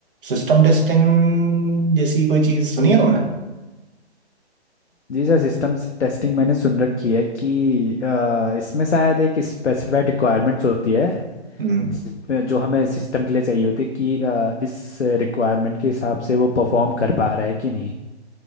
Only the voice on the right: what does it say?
सिस्टम टेस्टिंग जैसी कोई चीज सुनी है तुमने
हम्म